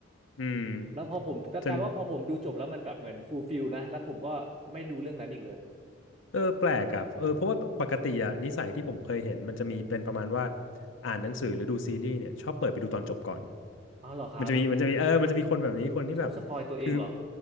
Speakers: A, on the left; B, on the right.
A: อืม
B: แล้วพอผมก็กลายว่าพอผมดูจบแล้วมันแบบเหมือนฟูลฟิลนะแล้วผมก็ไม่ดูเรื่องนั้นอีกเลย
A: จนเออแปลกอ่ะเออเพราะว่าปกติอ่ะนิสัยที่ผมเคยเห็นมันจะมีเป็นประมาณว่าอ่านหนังสือหรือดูซีรีส์เนี่ยชอบเปิดไปดูตอนจบก่อน
B: อ๋อเหรอครับ
A: มันจะมีมันจะมีเออมันจะมีคนแบบนี้คนที่แบบคือ
B: ชอบสปอยตัวเองเหรอ